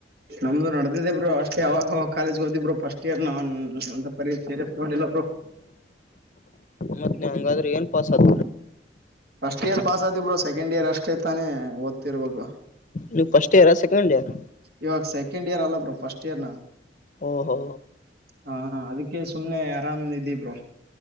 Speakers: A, on the right; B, on the left.
A: ನಮ್ದು ನದ್ದಿದ್ದೆ ಬ್ರರು ಅಷ್ಟೇ ಯಾವಾಗಾಗ ಕಾಲೇಜ್ದಿದ್ರರು ಫಸ್ಟ್ ಇಯರ್ ನಾವ ಸರಿ ಸರಿಗೊಂಡಿಲ್ಲ
B: ಮತ್ತು ಹಂಗಾದ್ರೆ ಏನ್ ಪಾಸ್ ಆ್ರ
A: ಫಸ್ಟ್ ಇಯರ್ ಪಾಸ್ ಆದಬ್ರು ಸೆಕೆಂಡ್ ಇಯರ್ ಅಷ್ಟ ಇರ್ತಾನ ಓದ್ತಿ ಇರ್ಬೇಕು
B: ನೀವುಫಸ್ಟ್ ಇಯರಾ ಸೆಂಡ್ ಇಯರ್
A: ಇವಾಗ ಸೆಕೆಂಡ್ ಇಯರ್ ಅಲ್ಲ ಬರು ಫಸ್ಟ್ ಇಯರ್ ನಾನು
B: ಓಹೋ
A: ಹಾ ಅದಕ್ಕೆ ಸುಮ್ನೆ ಆರಾಮ್ ಇದ್ದಿಬರು